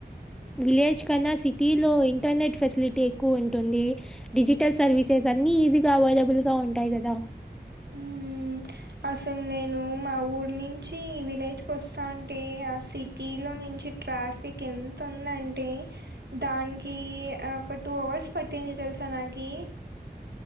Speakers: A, in the centre; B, on the right (about 80°).
A: విలేజ్ కన్నా సిటీ లో ఇంటర్నెట్ ఫెసిలిటీ ఎ ఎక్కువ ఉంటుంది డిజిటల్ సర్వీసెస్ అన్ని ఈజీగ అన్ని అవెలబుల్ గా ఉంటాయి. కదా
B: హ్మ్. అసలు నేను మా ఊరు నుంచి విలేజ్కివోస్థాంటే ఆ సిటీలో నుంచి ట్రాఫిక్ ఎంత ఉందంటే దానికి ఒక టూ అవర్స్ పట్టింది తెలుసా నాకీ